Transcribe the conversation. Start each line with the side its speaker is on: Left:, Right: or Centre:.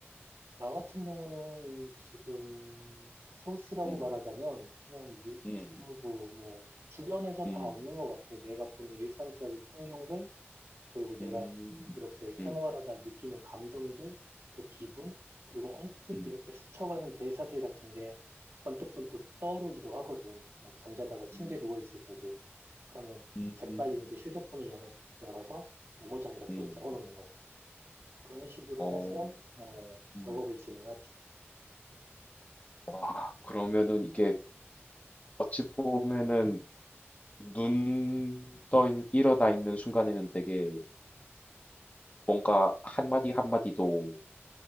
Right: 나 같은 경우는 지금 소스라고
Left: 음,
Right: 말하자면 그냥 유튜브
Left: 음,
Right: 뭐 주변에서
Left: 음,
Right: 다 얻는 것 같아. 내가 보는 일상적인 풍경들, 그리고 내가
Left: 음,
Right: 이렇게 생활하다
Left: 음,
Right: 느끼는 감정들, 또 기분, 그리고 언뜻
Left: 음.
Right: 이렇게 스쳐가는 대사들 같은 게 번뜩번뜩 떠오르기도 하거든. 막 잠자다가 침대에
Left: 음.
Right: 누워있을 때도. 그러면
Left: 음.
Right: 재빨리 이제 휴대폰을 열어- 열어서 메모장에다 그걸
Left: 음.
Right: 적어 놓는 거지. 그런 식으로
Left: 어.
Right: 해서, 어,
Left: 음.
Right: 작업을 진행하지.
Left: 와, 그러면은 이게 어찌 보면은 눈 떠 일어나 있는 순간에는 되게 뭔가 한마디 한마디도